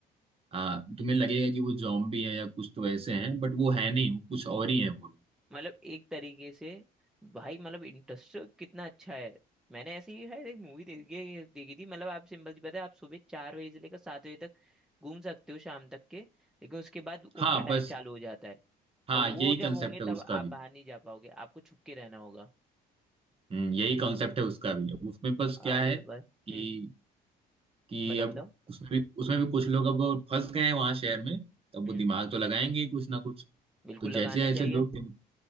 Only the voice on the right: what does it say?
हाँ तुम्हें लगेगा कि वो जॉम्बी हैं या कुछ तो ऐसे हैं बट वो है नहीं वो कुछ और ही है वो लोग
हाँ बस
हाँ
यही
कंसेप्ट
है
उसका
भी
हम्म, यही कॉन्सेप्ट है उसका भी अब उसमें बस क्या
है कि
कि
अब
उसमें भी उसमें भी कुछ लोग अब फंस गए हैं वहां शहर में तब
वो दिमाग तो लगाएंगे ही कुछ ना कुछ
तो जैसे
जैसे
लोग दिम-